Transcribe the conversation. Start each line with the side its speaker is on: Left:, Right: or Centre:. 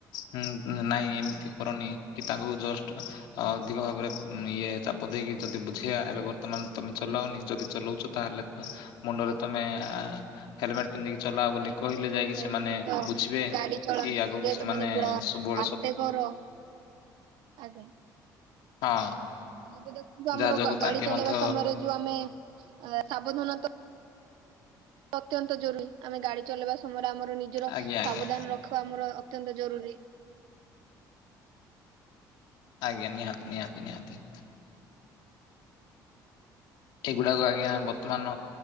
Left: ହୁଁ ନାଇଁ ଏମିତି କରନି କି ତାଙ୍କୁ ଜଷ୍ଟ ଅଧିକ ଭାବରେ ଇଏ ଚା ଚାପ ଦେଇକି ଯଦି ବୁଝେଇବା ଏବେ ବର୍ତ୍ତମାନ ତମେ ଚଲାଅନି ଯଦି ଚଲଉଛ, ତା ହେଲେ ମୁଣ୍ଡରେ ତମେ ହେଲମେଟ ପିନ୍ଧିକି ଚଲାଅ ବୋଲି କହିଲେ ଯାଇକି
Right: ତ
Left: ସେମାନେ ବୁଝିବେ
Right: ଗାଡି ଚଳାଅ
Left: କି
Right: ଧୀରେ
Left: ଆଗକୁ ସେମାନେ
Right: ମାନେ ପୁରା
Left: ସବୁବେଳେ
Right: ଆସ୍ତେ ଆଜ୍ଞା।
Left: ହଁ।
Right: ଏବେ ଦେଖନ୍ତୁ ଆମର
Left: ଯାହା ଯୋଗୁ
Right: ଗା-ଗାଡି
Left: ତାଙ୍କେ
Right: ଚଲେଇବା
Left: ମଧ୍ୟ
Right: ସମୟରେ ଯୋଉ ଆମେ ସାବଧାନତା ଅତ୍ୟନ୍ତ ଜରୁରୀ। ଆମେ ଗାଡି ଚଲେଇବା ସମୟରେ ଆମର ନିଜର
Left: ଆଜ୍ଞା
Right: ସାବଧାନ
Left: ଆଜ୍ଞା
Right: ରଖିବା ଆମର ଅ ଅତ୍ୟନ୍ତ ଜରୁରୀ।
Left: ଆଜ୍ଞା। ନିହାତି। ନିହାତି। ନିହାତି।
Right: <inaudible>
Left: ଏଗୁଡାକ ଆଜ୍ଞା ବର୍ତ୍ତମାନ